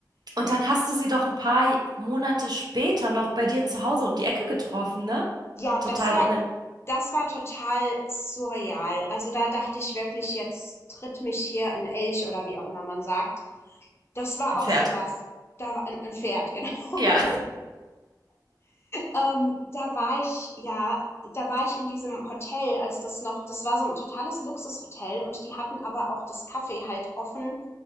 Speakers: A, on the right (about 65°); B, on the left (about 35°).
A: Und dann hast du sie doch ein paar Monate später noch bei dir zu Hause um die Ecke getroffen, ne?
B: Ja,
A: Total
B: das war
A: ohne
B: das war total surreal. Also, da dachte ich wirklich: „Jetzt tritt mich hier ein Elch“ oder wie auch immer man sagt. Das war
A: ein
B: auch
A: Pferd.
B: sowas. Da war ein 'n Pferd, <laughs> genau.
A: Ja.
B: Ähm, da war ich, ja, da war ich in diesem Hotel, als das noch, das war so ein totales Luxushotel und die hatten aber auch das Café halt offen,